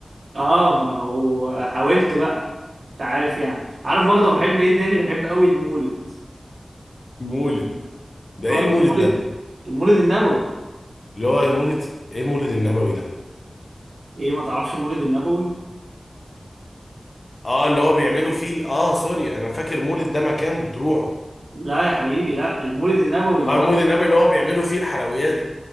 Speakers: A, on the right; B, on the left.
A: اه ما هو حاولت بقى انت عارف يعني عارف برضه بحب ايه تاني بحب قوي المولد
B: مولد ده
A: رحت
B: ايه المولد
A: مولد
B: ده
A: المولد النبوي
B: اللي هو المولد ايه المولد النبوي ده
A: ايه ما تعرفش المولد النبوي
B: اه اللي هو بيعملوا فيه ال- اه سوري انا فاكر مولد ده مكان بتروحه
A: لا يا حبيبي لا المولد النبوي اللي
B: اه
A: هو
B: المولد النبوي اللي هو بيعملوا فيه الحلويات